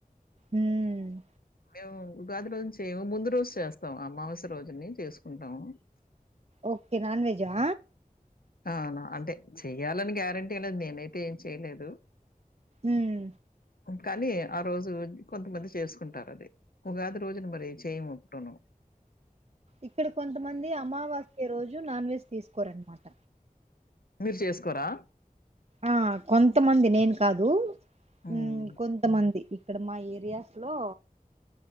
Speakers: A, on the right (about 45°); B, on the left (about 80°).
A: ఉమ్.
B: మేం ఉగాది రోజు చేయము ముందు రోజు చేస్తాము అమావాస్య రోజాని చేసుకుంటాము.
A: ఓకే నాన్ వెెజా.
B: ఆహ్ నా అంటే చెయ్యాలని గ్యారెంటీంలే నేనైతే ఏం చెయలేదు.
A: ఉమ్.
B: కాని ఆ రోజు కొంతమంది చేసుకుంటారు అది ఉగాది రోజున మరి చేయము. టునో.
A: ఇక్కడ కొంతమంది అమావాస్య రోజు నాన్ వెజ్ తీస్కోరన్నమాట.
B: మీరు చేస్కోరా.
A: ఆహ్ కొంతమంది నేను కాదు
B: హ్మ్.
A: ఉమ్ కొంతమంది. ఇక్కడ మా ఏరియాస్ లో.